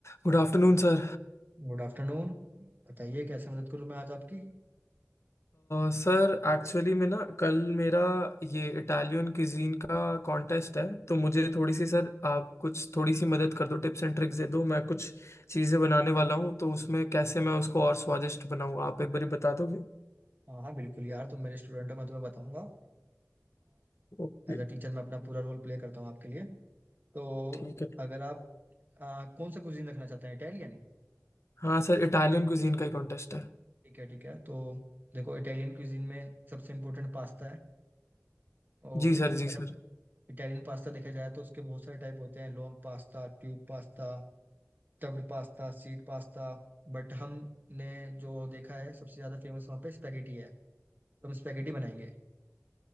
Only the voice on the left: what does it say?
Good afternoon sir
Sir actually में ना कल मेरा ये इटालियन क्विजीन का कॉन्टेस्ट है तो मुझे थोड़ी सी सर आप कुछ थोड़ी सी मदद कर दो टिप्स एंड ट्रिक्स दे दो मैं कुछ चीज़ें बनाने वाला हूँ तो उसमें कैसे मैं उसको और स्वादिष्ट बनाऊँ आप एक बारी बता दोगे
ओके
ठीक है
हाँ सर इटालियन क्विजीन का ही कॉन्टेस्ट है
जी सर
जी सर